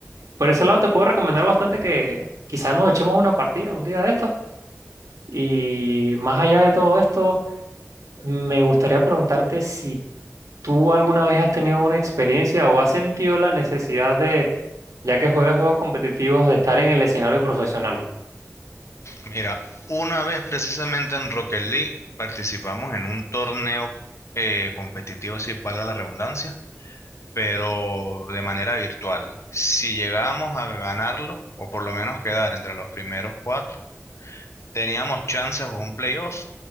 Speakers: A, on the right; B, on the left.
A: por ese lado te puedo recomendar bastante que quizás nos echemos una partida un día de estos. Y más allá de todo esto, me gustaría preguntarte si tú alguna vez has tenido una experiencia o has sentido la necesidad de, ya que juegas juegos competitivos, de estar en el escenario profesional
B: Mira, una vez precisamente en Rocket League participamos en un torneo eh, competitivo, si valga la redundancia, pero de manera virtual. Si llegábamos a ganarlo, o por lo menos quedar entre los primeros cuatro, teníamos chances de un playoff.